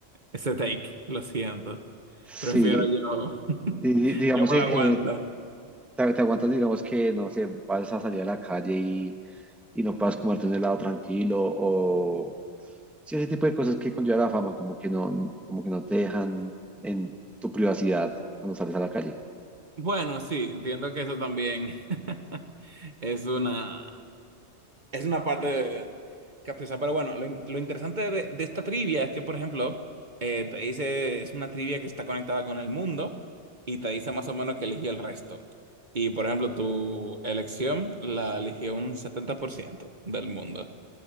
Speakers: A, on the right (about 40°); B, in the centre.
A: ese take, lo siento.
B: Sí,
A: Prefiero yo, <laughs>
B: Y, digamos,
A: yo me
B: eh,
A: la aguanto.
B: eh, te, te aguantas, digamos que, no sé, vas a salir a la calle y, y no puedas comerte un helado tranquilo o sí, ese tipo de cosas que conlleva la fama, como que no, como que no te dejan en tu privacidad cuando sales a la calle.
A: Bueno, sí, entiendo que eso también <laughs> es una, Es una parte capciosa, pero bueno, lo, in- lo interesante de, de esta trivia es que, por ejemplo, eh, te dice, es una trivia que está conectada con el mundo y te dice más o menos que eligió el resto. Y, por ejemplo, tu elección la eligió un 70% del mundo.